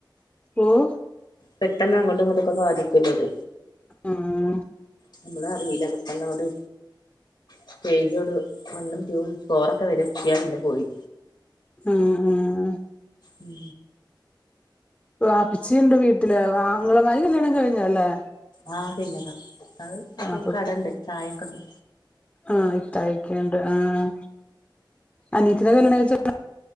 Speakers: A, on the left; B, on the left.
A: ഓഹ്
B: പെട്ടെന്ന് അങ്ങട്ടും ഇങ്ങട്ടുക്കെ ബാധിക്കുല്ലൊ അത്
A: ആഹ്
B: ന്നമ്മള് അറീല പെട്ടെന്നങ്ങട് സ്റ്റേജിയട് വണ്ണും റ്റൂ ഉം ഫോറൊക്കെ വരെത്തിയാ പിന്നെ പോയി
A: ആഹ് ആഹ്
B: ഉം
A: വാപ്ച്ചിണ്ട് വീട്ടില് ആങ്ങളമാര് കല്യാണം കഴിഞ്ഞേല്ലേ
B: ആഹ് കഴ്ഞ്ഞതാ അത്
A: അപ്പൊ
B: ഈ കടണ്ട് ചായക്കൊള്ള
A: ആഹ് ഇ ത്തയ്ക്കേണ്ട് ആഹ് അനീത്തിനെ കല്യാണം കയ്ച്ചെ നെ